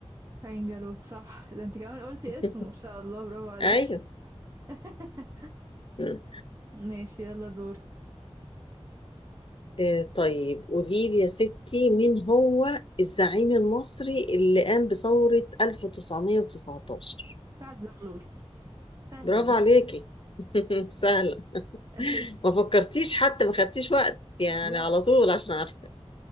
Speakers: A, on the right; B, on the left.
A: خاين جالوت صح ده انت كمان قلتي
B: <laughs>
A: اسمه ما شاء الله برافو عليك
B: ايوه
A: <laughs>
B: مم.
A: ماشي يلا دورك
B: آه، طيب قولي لي يا ستي مين هو الزعيم المصري اللي قام بثورة 1919
A: سعد زغلول سهلة
B: برافو
A: دي
B: عليكي <laughs> سهلة
A: <laughs> اهي
B: ما فكرتيش حتى ما خدتيش وقت يعني
A: لا
B: على طول عشان عارفة